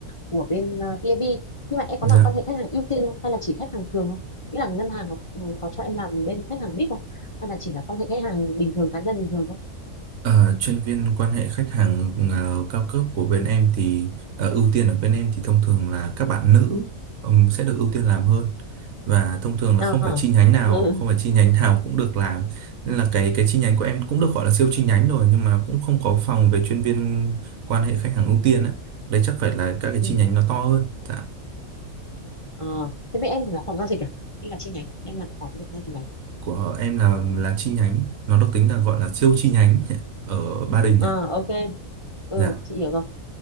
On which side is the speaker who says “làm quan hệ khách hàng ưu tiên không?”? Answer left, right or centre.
Left